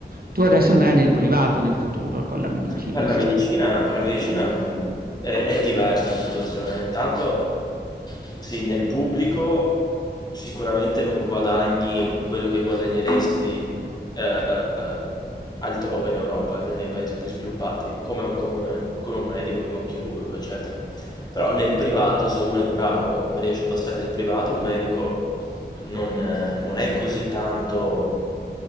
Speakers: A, on the right; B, on the left.
A: Tu adesso
B: per,
A: andrai
B: per
A: nel privato nel futuro con la medicina,
B: per la
A: se-
B: medicina,
A: no.
B: per la medicina è, è diversa la situazione. Intanto, sì, nel pubblico sicuramente non guadagni quello che guadagneresti eh, altrove in Europa, nei paesi più sviluppati, come, come- come un medico, come un chirurgo, eccetera. Però nel privato, se uno è bravo, riesce a passare nel privato, un medico non, eh, non è così tanto